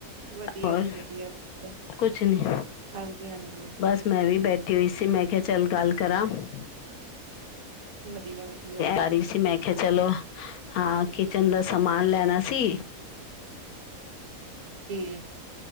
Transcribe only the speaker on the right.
ਵਧੀਆ
ਜੀ ਵਧੀਆ ਵਧੀਆ।
ਹਾਂਜੀ ਹਾਂਜੀ
ਵਧੀਆ ਵਧੀਆ
ਕੇ,